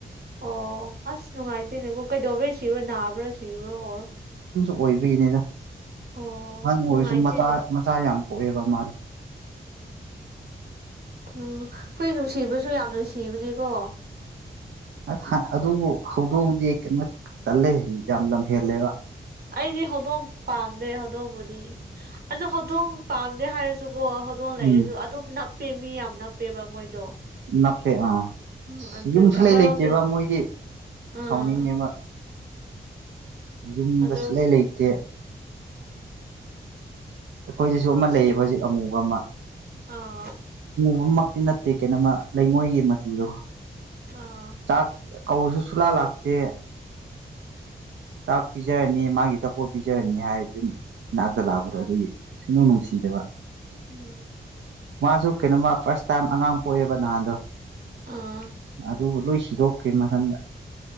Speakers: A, on the right; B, on the right.
A: ꯑꯣ ꯑꯁ ꯅꯨꯡꯉꯥꯏꯖꯦꯅꯦꯀꯣ ꯀꯩꯗꯧꯕꯩ ꯁꯤꯕꯣ ꯅꯥꯕ꯭ꯔꯥ ꯁꯤꯕꯨꯔꯣ ꯑꯣꯔ
B: ꯑꯣꯏꯕꯒꯤꯅꯤꯅ
A: ꯑꯣ
B: ꯑꯍꯟ ꯑꯣꯏꯔꯁꯨ
A: ꯅꯨꯡꯉꯥꯏꯇꯦꯅꯦ
B: ꯃꯆꯥ ꯃꯆꯥ ꯌꯥꯝ ꯀꯣꯛꯑꯦꯕ ꯃꯥ
A: ꯎꯝ ꯑꯩꯈꯣꯏ ꯅꯨꯡꯁꯤꯕꯁꯨ ꯌꯥꯝ ꯅꯨꯡꯁꯤꯕꯅꯦꯀꯣ
B: ꯑꯁ ꯑꯗꯨꯕꯨ ꯍꯧꯗꯣꯡꯑꯗꯤ ꯀꯩꯅꯣ ꯇꯜꯂꯦ ꯌꯥꯝ ꯂꯝ ꯍꯦꯜꯂꯦꯕ
A: ꯑꯩꯗꯤ ꯍꯧꯗꯣꯡ ꯄꯥꯝꯗꯦ ꯍꯧꯗꯣꯡꯕꯨꯗꯤ ꯑꯗꯨ ꯍꯧꯗꯣꯡ ꯄꯥꯝꯗꯦ ꯍꯥꯏꯔꯁꯨ ꯑꯣꯣ ꯍꯧꯗꯣꯡ ꯂꯩꯔꯤꯁꯨ
B: ꯎꯝ
A: ꯑꯗꯨꯝ ꯅꯞꯄꯦ ꯃꯤ ꯌꯥꯝ ꯅꯞꯄꯦꯕ ꯃꯣꯏꯗꯣ
B: ꯅꯥꯞꯄꯦ ꯑꯥ
A: ꯎꯝ ꯑꯗꯨꯒꯤ
B: ꯌꯨꯝꯁꯨ
A: ꯑꯃꯔꯣꯝꯗꯗꯤ
B: ꯂꯩꯩ ꯂꯩꯇꯦꯕ ꯃꯣꯏꯗꯤ
A: ꯑꯥ
B: ꯁꯥꯎꯅꯤꯡꯉꯦꯕ ꯌꯨꯝꯗ
A: ꯑꯗꯣ
B: ꯁꯨꯂꯥꯏꯩ ꯂꯩꯇꯦ ꯑꯩꯈꯣꯏꯁꯤꯁꯨ ꯑꯃ ꯂꯩꯌꯦꯕ ꯍꯧꯖꯤꯛ ꯑꯃꯨꯕ ꯑꯃ
A: ꯑꯥ
B: ꯕꯃꯛꯇꯤ ꯅꯠꯇꯦ ꯀꯩꯅꯣꯃ ꯂꯩꯉꯣꯏꯒꯤ ꯃꯆꯨꯗꯀ
A: ꯑꯥ
B: ꯆꯥꯛ ꯀꯧꯔꯁꯨ ꯆꯂꯥ ꯂꯥꯛꯇ ꯆꯥꯛ ꯄꯤꯖꯔꯅꯤ ꯃꯥꯒꯤ ꯆꯥꯛꯄꯣꯠ ꯄꯤꯖꯔꯅꯤ ꯍꯥꯏꯔꯗꯤ ꯑꯗꯨꯝ ꯏꯅꯥꯛꯇ ꯂꯥꯛꯄ꯭ꯔꯥ ꯑꯗꯨꯒꯤ ꯁꯅꯧ ꯅꯪꯁꯤꯖꯕ
A: ꯎꯝ
B: ꯃꯥꯁꯨ ꯀꯩꯅꯣꯃ ꯐꯥꯔꯁ ꯇꯥꯏꯝ ꯑꯉꯥꯡ ꯄꯣꯛꯑꯦꯕ ꯅꯍꯥꯟꯗꯣ
A: ꯑꯥ
B: ꯑꯗꯨ ꯂꯣꯏ ꯁꯤꯗꯣꯛꯀꯦ ꯃꯊꯟꯗ